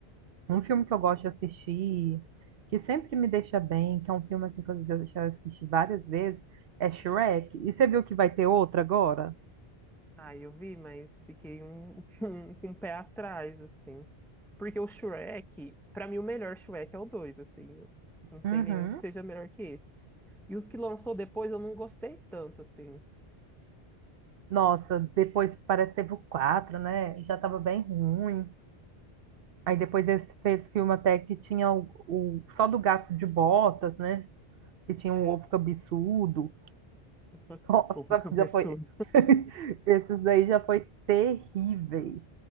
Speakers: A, on the right; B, in the centre.
A: um filme que eu gosto de assistir, que sempre me deixa bem, que é um filme assim que eu já já assisti várias vezes, é Shrek. E você viu que vai ter outro agora?
B: Ah, eu vi, mas fiquei um, <laughs> um- com o pé atrás, assim. Porque o Shrek, pra mim, o melhor Shrek é o 2 assim. Não tem
A: Uhum.
B: nenhum que seja melhor que esse. E os que lançou depois eu não gostei tanto, assim.
A: Nossa, depois parece que teve o 4, né? Já tava bem ruim. Aí depois esse fez filme até que tinha o, o- só do gato de botas, né? Que tinha
B: É.
A: um ovo cabeçudo.
B: <laughs>
A: Nossa,
B: O cabeçudo.
A: já foi. <laughs> Esses daí já foi terríveis.